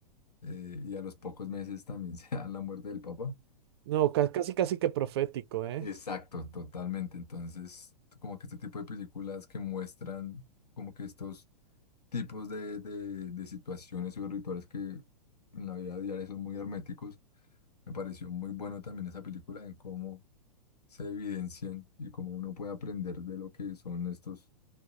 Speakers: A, on the left; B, on the right.
A: eh, y a los pocos meses también <laughs> se da la muerte del Papa.
B: No, ca- casi casi que profético, ¿eh?
A: Exacto, totalmente. Entonces, como que este tipo de películas que muestran como que estos tipos de, de, de situaciones y de rituales que en la vida diaria son muy herméticos. Me pareció muy bueno también esa película en cómo se evidencian y cómo uno puede aprender de lo que son estos,